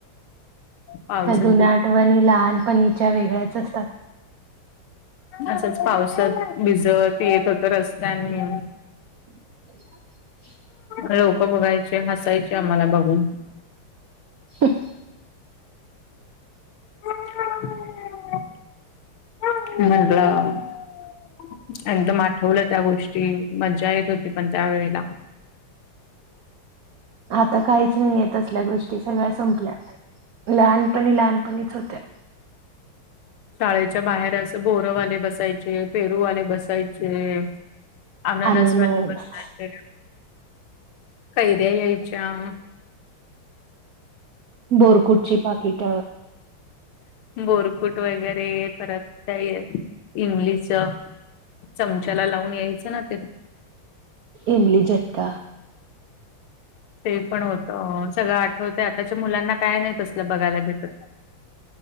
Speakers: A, on the left (about 85°); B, on the right (about 80°).
A: पावसात
B: त्या जुन्या आठवणी लहानपणीच्या वेगळ्याच असतात
A: असंच पावसात भिजवत येत होत रस्त्यानी
B: <inaudible>
A: लोक बघायचे हसायचे आम्हाला बघून
B: ह
A: ह महह एकदम आठवलं त्या गोष्टी मज्जा येत होती पण त्या वेळेला
B: आता काहीच नाहीय तसल्या गोष्टी सगळ्या संपल्या. लहानपणी लहानपणीच होत्या.
A: शाळेच्या बाहेर असं बोरवाले बसायचे पेरूवाले बसायचे. आननस
B: अननस
A: वाले बसयाचे कैयर्या द यायच आ-
B: बोरकुटची पाकिट.
A: बोरकुट वगैरे परत काही इमलीच. चमचाला लावून यायचं ना ते.
B: एमली झट्टका.
A: ते पण होत सगळं आठवत आताच्या मुलांना काय नाही तसलं बघायला भेटत.